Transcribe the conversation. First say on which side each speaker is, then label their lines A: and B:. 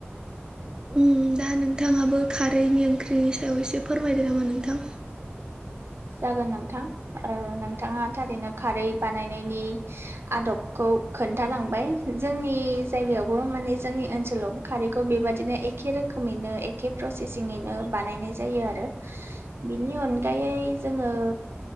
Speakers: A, on the right; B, on the right.
A: उम दा नोंथाङाबो खारैनि ओंख्रिनि सायाव एसे फोरमायदो नामा नोंथां?
B: जागोन नोंथां ओ नोंथाङा थारैनो खारै बानायनायनि आदबखौ खोन्थालांबाय जोंनि जायगायावबो माने जोंनि ओनसोलावबो खारैखौ बेबादिनो एखे रोखोमैनो एखे प्रसेसिङैनो बानायनाय जायो आरो बिनि अनगायै जोङो